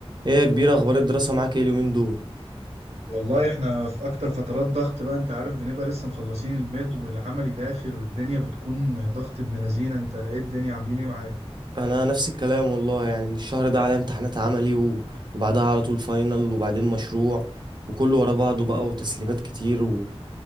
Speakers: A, on the right; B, on the right.
A: ايه يا كبير اخبار الدراسة معاك ايه اليومين دول
B: والله احنا في اكتر فترات ضغط بقى انت عارف بنبقى لسه مخلصين الميد والعملي داخل والدنيا بتكون ضغط ابن لذينه انت ايه الدنيا عاملين ايه معاك
A: انا نفس الكلام والله يعني الشهر ده عليا امتحانات عملي و- وبعدها على طول فاينل وبعدين مشروع وكله ورا بعضه بقى وتسليمات كتير و...